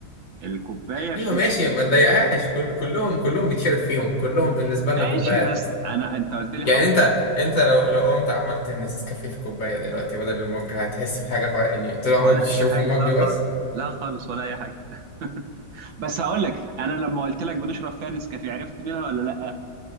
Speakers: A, on the right; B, on the left.
A: الكوبايه بتبقى
B: ايوه ماشي ما تضايقهاش كل... كلهم كلهم بيتشرب فيهم كلهم بالنسبة لنا
A: ماشي
B: كوبايات
A: بس انا انت قلت لي
B: يعني
A: هحط
B: انت
A: حاجه
B: انت لو لو قمت عملت نسكافيه في كوباية دلوقتي بدل المج هتحس بحاجة فرق يعني طول عمرك
A: ولا
B: بتشربه
A: اي حاجه
B: في المج
A: لا خالص
B: بس
A: لا خالص ولا اي حاجه <laughs> بس هقول لك انا لما قلت لك بنشرب فيها نسكافيه عرفت منها ولا لا